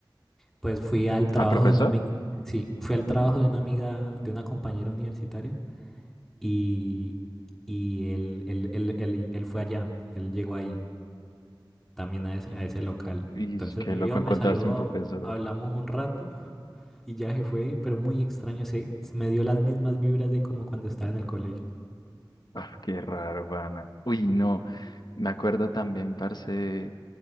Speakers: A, in the centre; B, on the left (about 55°).
A: pues fui al trabajo
B: ¿Al profesor?
A: de una amiga. Sí, fui al trabajo
B: Ujú.
A: de una amiga, de una compañera universitaria. y, y él, él, él- él- él fue allá, él llegó ahí, también a ese, a ese local.
B: Y
A: Entonces
B: qué
A: me
B: loco
A: vio,
B: encontrarse
A: me saludó,
B: un profesor.
A: hablamos un rato y ya se fue, pero muy extraño, se, se me dio las mismas vibras de como cuando estaba en el colegio.
B: Ah, qué raro, pana. Uy, no, me acuerdo también, parce,